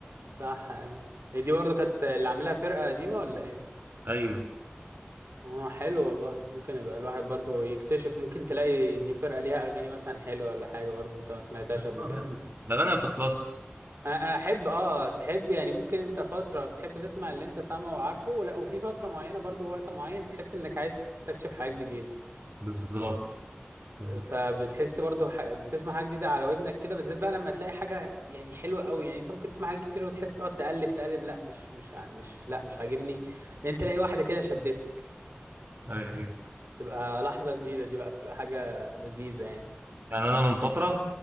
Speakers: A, on the right; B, on the right.
A: صح ايوه هي دي برضو كانت اللي عاملها فرقه قديمه ولا ايه
B: ايوه
A: اه حلو والله ممكن يبقى الواحد برضو يكتشف ممكن تلاقي دي فرقه ليها اغاني مثلا حلوه ولا حاجه برضو انت ما سمعتهاش
B: آه،
A: قبل كده
B: أيوة. الاغاني ما بتخلص
A: انا أنا احب اه تحب يعني ممكن انت فتره تحب تسمع اللي انت سامعه وعارفه لا وفي فتره معينه برضو وقت معين تحس انك عايز تستكشف حاجات جديده
B: بالظبط بالظبط.
A: فبتحس برضو ح... بتسمع حاجه جديده على ودنك كده بالذات بقى لما تلاقي حاجه يعني حلوه قوي يعني انت ممكن تسمع حاجات كتير وتحس تقعد تقلب تقلب لا مش مش ع- مش لا مش عاجبني انت تلاقي واحده كده شدتك
B: ايوه
A: تبقى لحظه جديده دي بقى بتبقى حاجه لذيذه يعني
B: يعني انا من فتره